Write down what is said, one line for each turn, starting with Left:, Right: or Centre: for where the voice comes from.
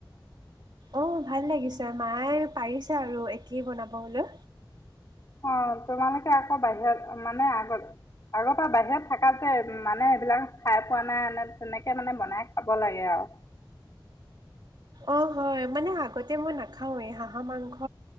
Right: অ ভাল লাগিছে মায়ে পাৰিছে আৰু একেই বনাব হলৈ
Left: অ তোমালোকে আকৌ বাহিৰত মানে আগত আগৰ পৰা বাহিৰত থকাাত যে মানে এইবিলাক খাই পোৱা নাই তেনেকে মানে বনাই খাব লাগে আৰু
Right: অ হয় মানে আগতে মই নাখাও এই হাঁহহ মাংস